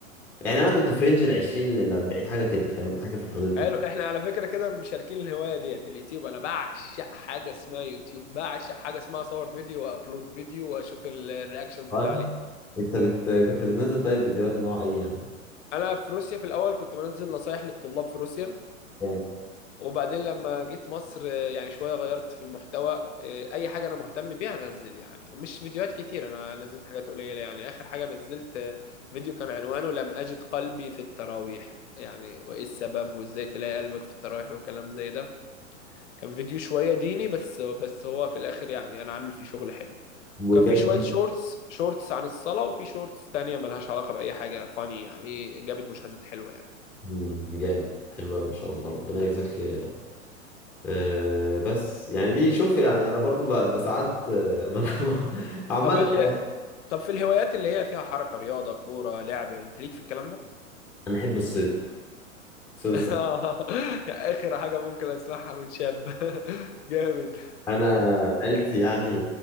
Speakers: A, in the centre; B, on the left.
A: يعني انا كنت في رينج ال 20 لل 40 حاجه كده فاهم حاجه في الحدود
B: حلو
A: دي
B: احنا على فكره كده مشاركين الهوايه ديت اليوتيوب انا بعشق حاجه اسمها يوتيوب بعشق حاجه اسمها اصور فيديو وابلود فيديو واشوف الرياكشنز
A: طيب
B: اللي عليه
A: انت بت... كنت بتنزل طيب فيديوهات نوع ايه يعني
B: انا في روسيا في الاول كنت بنزل نصايح للطلاب في روسيا
A: جامد
B: وبعدين لما جيت مصر آه، يعني شوية غيرت في المحتوى آه، أي حاجة أنا مهتم بيها أنزل يعني مش فيديوهات كتير أنا نزلت حاجات قليلة يعني آخر حاجة نزلت آه، فيديو كان عنوانه لم أجد قلبي في التراويح يعني وإيه السبب وإزاي تلاقي قلبك في التراويح وكلام زي ده كان فيديو شوية ديني بس بس هو في الآخر يعني أنا عامل فيه شغل حلو
A: وجاب
B: كان في شوية
A: كم-
B: شورتس شورتس عن الصلاة وفي شورتس تانية ملهاش علاقة بأي حاجة فاني يعني جابت مشاهدات حلوة يعني
A: مم، جامد حلو أوي ما شاء الله ربنا يجزاك خير يا رب أه بس يعني دي شوف يعني انا برضو ب- بساعات آه، <laughs> من- عامه
B: طب ال-
A: يعني
B: طب في الهوايات اللي هي فيها حركة رياضة كورة لعب انت ليك في الكلام ده؟
A: انا احب الصيد صيد السمك
B: <laughs> اخر حاجة ممكن اسمعها من شاب <laughs> جامد
A: انا عيلتي يعني